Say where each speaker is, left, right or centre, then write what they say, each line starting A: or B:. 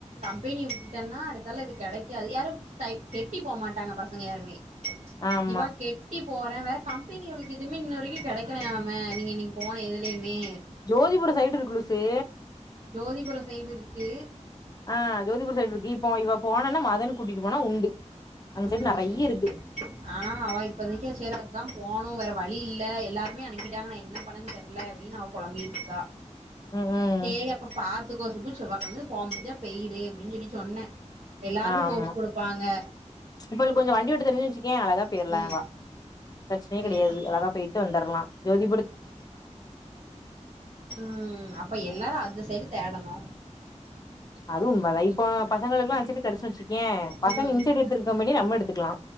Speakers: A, on the right (about 65°); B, on the left (about 30°).
A: கம்பெனிய விட்டுட்டேன்னா அடுத்தால இது கிடைக்காது யாரும் கெட்டி போகமாட்டாங்க பசங்க யாருமே
B: ஆமா
A: இவா கெட்டி போறே வேற கம்பெனி அவளுக்கு எதுவுமே இன்ன வரைக்கும் கிடைக்கலயாமே நீ இன்னைக்கு போன எதுலயுமே
B: ஜோதிபுர சைடு இருக்கு லுசு
A: ஜோதிபுர சைடு இருக்கு
B: ஆ ஜோதிபூர் சைடு இருக்கு இப்போ இவ போனானா மதனு கூட்டிட்டு போனா உண்டு அங்க
A: ம்
B: சைடு நெறைய இருக்கு
A: ஆனா அவ இப்பதைக்க சேர் அதுதாம் போணு வேற வழி இல்ல எல்லாருமே அனுப்பிட்டாங்க நா என்ன பண்ணன் தெர்ல அப்டின் அவ பொழம்பிட்ருக்கா
B: ம் ம்
A: சேரி அப்ப பாத்துக்கோ சுகு செவ்வா கெழமதா போக முடிஞ்சா பெய்யிரு அப்டின் சொல்லி சொன்ன எல்லாருக்கு
B: ஆமா
A: ஃபோர்ஸ் குடுப்பாங்க
B: இவளுக்கு கொஞ்ச வண்டி ஓட்ட தெரிஞ்சுனு வச்சுக்கே அழகா போய்ர்லா
A: ம்
B: வா பிரச்சனயே
A: பெய்தான்
B: கெடையாது அழகா போயிட்டு வந்துர்லா ஜோதி
A: ஆ அப்ப எல்லாரு அந்த சைடு தேடணு
B: அது உண்மதா இப்போ பசங்களுக்குலா அந்‌ செட்டு கெடச்சுனு வச்சு ஏ பசங்க
A: ம்
B: இன்செட் எடுத்துருக்க முன்னாடி நம்ம எடுத்துக்கலா